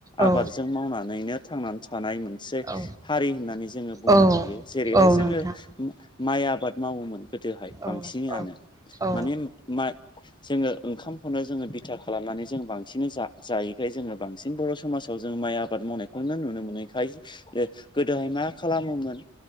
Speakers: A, on the left; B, on the right.
A: आबादजों
B: औ
A: मावनानैनो थांनानै थानाय मोन मोनसे
B: औ
A: हारि होननानै जोङो बुंनो
B: औ
A: हायो जेरैहाय
B: औ
A: जोङो
B: नोंथां
A: माइ आबाद मावोमोन। गोदोहाय बांसिनआनो
B: औ औ औ
A: माने <unintelligible> जोङो ओंखामखौनो जोङो बिथा खालामनानै जों बांसिनै जा जायैखाय जोङो बांसिन बर' समाजाव जों माइ आबाद मावनायखौनो नुनो मोनैखाय गोदोहाय मा खालामोमोन